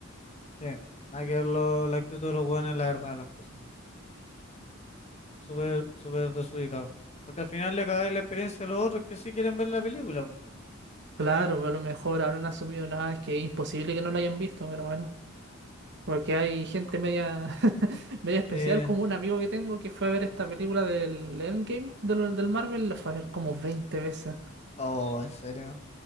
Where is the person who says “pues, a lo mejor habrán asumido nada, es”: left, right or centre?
Right